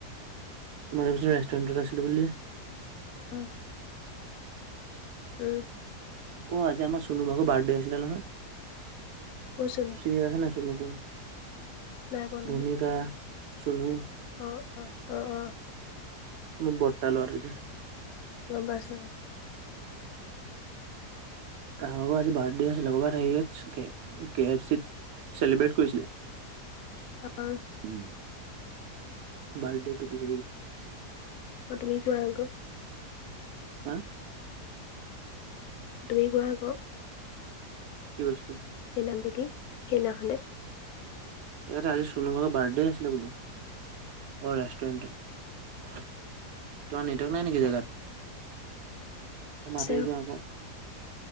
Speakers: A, on the right; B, on the left.
A: মই যে কৈছো ৰেষ্টুৰেণ্টত আছিলো বুলি।
B: অহ। উম।
A: অ আজি আম চনু ভাগৰ বাৰ্থডে আছিলে নহয়,
B: কৈছিলো
A: চিৰি আছে নাই চুনু কোন?
B: নাই পোৱা নহয়
A: ভূমিকা, চুনু
B: অ অ অ অ।
A: মোৰ বৰটা লৰাটো যে।
B: ৰবা চোন <unintelligible>
A: তাৰ ভাগৰ আজি বাৰ্থডে আছিলে ক'ৰবাত হেৰিত আছেগে কে এফ চিত চেলিব্ৰেট কৰিছিলে।
B: অ
A: উম বাৰ্থডটো
B: অ তুমি কোৱা আকৌ
A: <unintelligible> হা?
B: তুমি কোৱা আক
A: কি বস্তু?
B: এ নামটো কি? কেনা খনে
A: এয়াতে আজি চনু ভাগৰ বাৰ্থডে আছিল বোলো। অ ৰেষ্টুৰেণ্টৰ তোমাৰ নেটৱৰ্ক নাই নেকি জেগাত?
B: আছে
A: মাটই যোৱা আক।